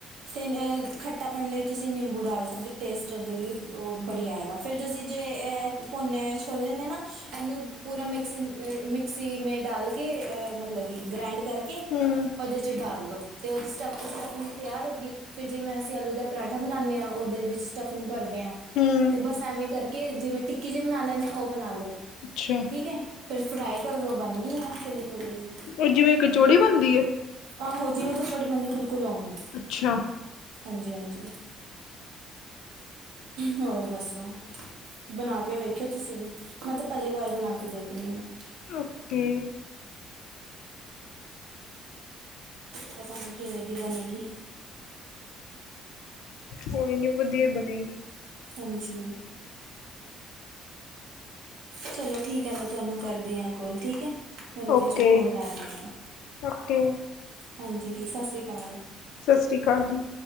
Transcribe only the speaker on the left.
ਹਮ
ਹਮ
ਅੱਛਾ।
ਉਹ ਜਿਵੇਂ ਕਚੋੜੀ ਬਣਦੀ ਏ?
ਅੱਛਾ
ਔਕੇ
ਕੋਈ ਨੀ ਵਧੀਆ ਹੈ ਬਣੇਗੀ।
ਓਕੇ
ਓਕੇ
ਸਤਿ ਸ਼੍ਰੀ ਅਕਾਲ ਜੀ।